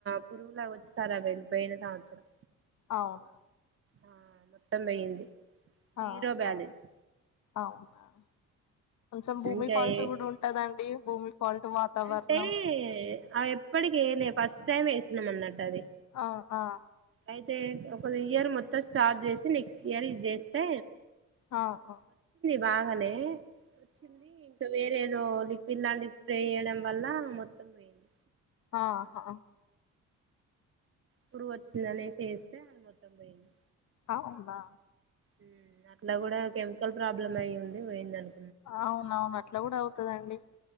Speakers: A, on the right (about 45°); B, on the left (about 70°).
A: పురుగులాగా వచ్చి కరాబయ్యింది పోయిన సంవత్సరం
B: అవునా
A: ఆ మొత్తం పొయింది జీరో
B: ఆహా
A: బ్యాలెన్స్
B: అవునా కొంచెం భూమి
A: ఇంకా
B: ఫాల్ట్
A: ఏ
B: కూడా ఉంటదండి భూమి ఫాల్ట్ వాతావరణం
A: అంటే అవి ఎప్పటికి యెయలే ఫస్ట్ టైం యేసినాం అన్నట్టు అది
B: ఆ ఆ
A: అయితే ఒక ఇయర్ మొత్తం స్టార్ట్ చేసి నెక్స్ట్ ఇయర్ ఇది చేస్తే
B: ఆ ఆ
A: బాగనే వచ్చింది ఇంకా వేరే ఏద ఏదో లిక్విడ్ లాంటిది స్ప్రే చేయడం వల్ల మొత్తం పోయింది
B: ఆహా
A: పురుగొచచ్చింది అనేసి ఎస్తే అది మొత్తం పోయింది
B: అవునా
A: హ్మ్ అట్లా కూడా కెమికల్ ప్రాబ్లం అయి ఉండి పోయిందను
B: అవున అవును అట్లా కూడా అవుతదండి